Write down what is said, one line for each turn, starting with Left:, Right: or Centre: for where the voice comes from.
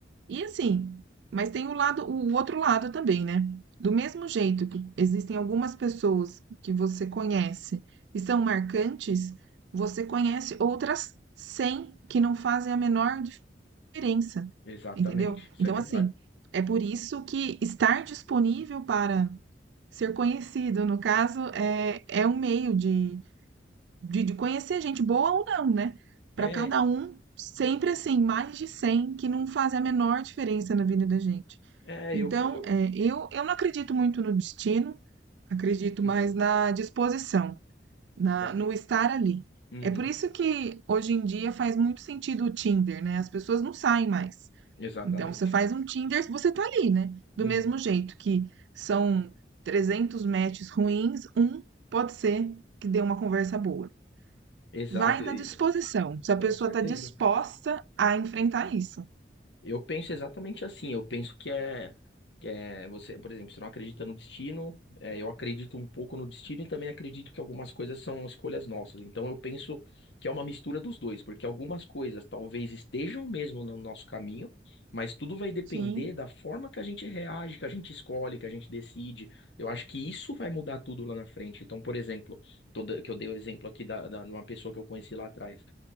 Right: E assim, mas tem o lado, o outro lado também, né? Do mesmo jeito que existem algumas pessoas que você conhece e são marcantes, você conhece outras 100 que não fazem a menor diferença,
Left: Exatamente,
Right: entendeu?
Left: isso
Right: Então,
Left: é verdade.
Right: assim, é por isso que estar disponível para ser conhecido, no caso, é, é um meio de de, de conhecer gente boa ou não, né?
Left: É,
Right: Para cada um, sempre assim, mais de 100 que não fazem a menor diferença na vida da gente.
Left: é,
Right: Então,
Left: eu, eu,
Right: é, eu, eu não acredito muito no destino, acredito
Left: uhum,
Right: mais na disposição, na,
Left: é,
Right: no estar ali.
Left: uhum,
Right: É por isso que hoje em dia faz muito sentido o Tinder, né? As pessoas não saem mais.
Left: exatamente,
Right: Então, você faz um Tinder, você tá ali, né? Do
Left: uhum,
Right: mesmo jeito que são 300 matches ruins, um pode ser que dê uma conversa boa.
Left: exato,
Right: Vai da
Left: e,
Right: disposição, se
Left: com
Right: a pessoa
Left: certeza.
Right: está disposta a enfrentar isso.
Left: Eu penso exatamente assim, eu penso que é que é você, por exemplo, você não acredita no destino, é, eu acredito um pouco no destino e também acredito que algumas coisas são escolhas nossas. Então eu penso que é uma mistura dos dois, porque algumas coisas talvez estejam mesmo no nosso caminho, mas tudo vai depender
Right: Sim,
Left: da forma que a gente reage, que a gente escolhe, que a gente decide. Eu acho que isso vai mudar tudo lá na frente. Então, por exemplo, toda, que eu dei o exemplo aqui da, da, de uma pessoa que eu conheci lá atrás.